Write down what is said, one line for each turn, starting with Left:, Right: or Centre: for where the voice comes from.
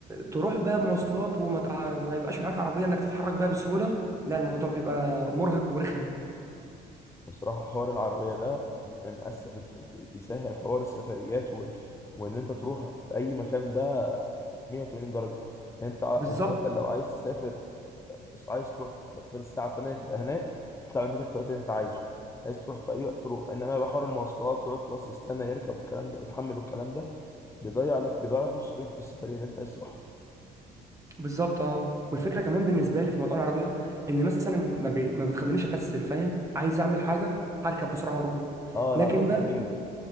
Right: تروح بقى مواصلات وما تع... ما يبقاش معاك عربيه انك تتحرك بقى بسهوله لا الموضوع بيبقى مرهق ورخم
Left: بصراحه حوار العربيه ده من أس... بت... بيسهل حوار السفريات وال... وان انت تروح في اي مكان ده 180 درجه يعني انت ع-
Right: بالظبط
Left: انت مثلا لو عايز تسافر بس عايز تروح في الساعة 8 تبقى هناك تطلع من بيتك في الوقت اللي أنت عايزه عايز تروح في أي وقت تروح إنما بقى حوار المواصلات تقعد باص يستنى يركب والكلام ده وتحمل والكلام ده بيضيع لك بيضيع لك نص اليوم في السفرية اللي أنت عايز تروحها
Right: بالظبط اه والفكره كمان بالنسبه لي في موضوع العربيه ان مثلا ما, بي... ما بتخلينيش اكسل فاهم عايز اعمل حاجه هركب بسرعه واروح
Left: أه العربية
Right: لكن بقى
Left: تحت رجلك